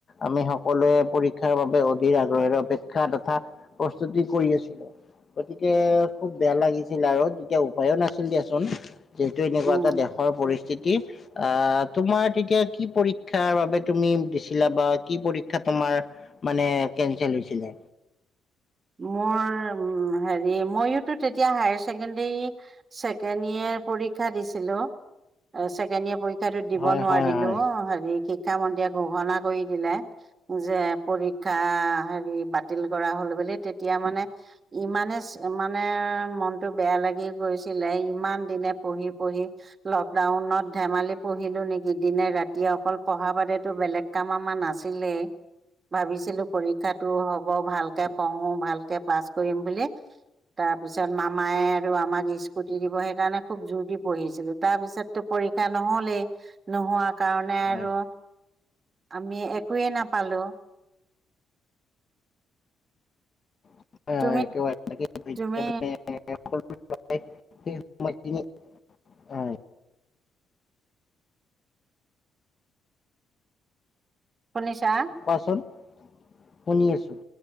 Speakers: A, on the left; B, on the right.
A: আমি সকলোৱে পৰীক্ষাৰ বাবে অধি আগ্ৰহৰে অপেক্ষা তথা প্ৰস্তুতি কৰি আছিলোঁ। গতিকে খুব বেয়া লাগিছিল আৰু তেতিয়া উপায়ো নাছিল দিয়াচোন। যিহেতু এনেকুৱা
B: উম
A: এটা দেশৰ পৰিস্থিতি আহ তোমাৰ তেতিয়া কি পৰীক্ষাৰ বাবে তুমি দিছিলা বা কি পৰীক্ষা তোমাৰ মানে কেনচেল হৈছিলে?
B: মোৰ উ হেৰি মইতো তেতিয়া হায়াৰ ছেকেণ্ডৰী ছেকেণ্ড ইয়েৰ পৰীক্ষা দিছিলো ছেকেণ্ড ইয়েৰ পৰী- ক্ষাটো দিব
A: হয়
B: নোৱাৰিলো
A: হয় হয়
B: অ হেৰি শিক্ষামন্ত্ৰীয়ে ঘোষণা কৰি দিলে। যে পৰীক্ষা হেৰি বাতিল কৰা হ'ল বুলি তেতিয়া মানে ইমানে মানে মনটো বেয়া লাগি গৈছিলে ইমান দিনে পঢ়ি পঢ়ি লকডাউনত ধেমালি পঢ়িলো নেকি দিনে ৰাতিয়ে অকল পঢ়া বাদতো বেলেগ কাম ইমান নাছিলে ভাবিছিলো পৰীক্ষাটো হওঁক পঢ়োঁ ভালকে পাছ কৰিম বুলি তাৰ পিছত মামায়ে আৰু আমাক স্কুটি দিব সেইকাৰণে খুব জোৰ দি পঢ়িছিলো তাৰ পিছত টো পৰীক্ষা নহলেই নোহোৱা কাৰণে আৰু
A: হয়
B: আমি একোয়ে নাপালোঁ।
A: হয়
B: তুমি
A: হয়
B: তুমি
A: <unintelligible> সময়খিনি হয়
B: শুনিছা?
A: কোৱাচোন? শুনি আছোঁ।